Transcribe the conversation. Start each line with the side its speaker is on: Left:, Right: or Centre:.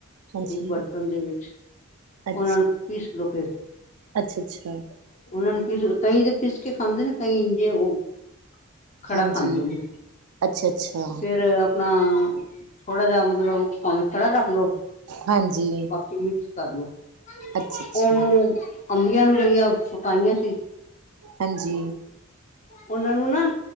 Right: ਹਾਂਜੀ
Left: ਇੱਕ ਬਰਤਨ ਦੇ ਵਿੱਚ
Right: ਅੱਛਾ
Left: ਉਹਨਾਂ ਨੂੰ ਪੀਸ ਲੋ ਫਿਰ
Right: ਅੱਛਾ ਅੱਛਾ
Left: ਉਹਨਾ ਨੂੰ ਪੀਸ ਲੋ ਕਈ ਤੇ ਪੀਸ ਕੇ ਖਾਂਦੇ ਨੇ ਕਈ ਇੰਜੇ ਉਹ ਖੜਾ
Right: ਹਾਂਜੀ
Left: ਖਾਂਦੇ ਨੇ
Right: ਅੱਛਾ ਅੱਛਾ
Left: ਫੇਰ ਅਪਣਾ ਥੋੜਾ ਜਿਹਾ ਮਤਲਬ ਭਾਵੇਂ ਖੜਾ ਰੱਖ ਲੋੋ
Right: ਹਾਂਜੀ
Left: ਬਾਕੀ ਮਿਕਸ ਕਰਲੋ
Right: ਅੱਛਾ ਅੱਛਾ
Left: ਉਹਨੂੰ ਅੰਬੀਆਂ ਵੀ ਜਿਹੜੀਆਂ ਸੁਕਾਈਆਂ ਸੀ
Right: ਹਾਂਜੀ।
Left: ਉਹਨਾਂ ਨੂੰ ਨਾ